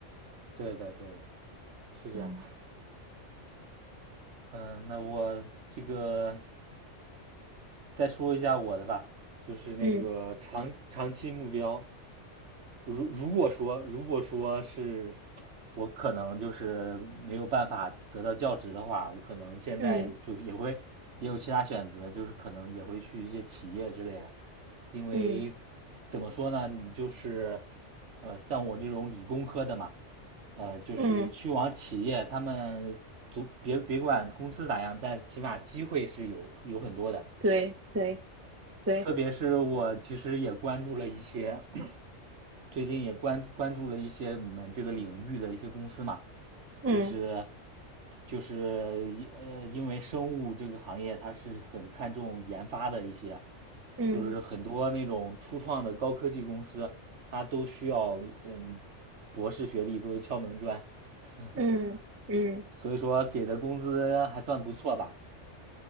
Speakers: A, on the right; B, on the right.
A: 对的对的，是这样。
B: 嗯
A: 嗯，那我这个再说一下我的吧，就是那个长长期目标，
B: 嗯
A: 如如果说如果说是我可能就是没有办法得到教职的话，我可能现在就也会也有其他选择，
B: 嗯
A: 就是可能也会去一些企业之类的，因为
B: 嗯
A: 怎么说呢，你就是呃像我这种理工科的嘛，呃就是去往企业，
B: 嗯，
A: 他们足别别管公司咋样，但起码机会是有有很多的，
B: 对对对，
A: 特别是我其实也关注了一些。最近也关关注了一些我们这个领域的一些公司嘛，
B: 嗯
A: 就是就是一呃，因为生物这个行业它是很看重研发的一些，
B: 嗯
A: 就是很多那种初创的高科技公司，它都需要嗯博士学历作为敲门砖，<laughs>
B: 嗯嗯，
A: 所以说给的工资还算不错吧。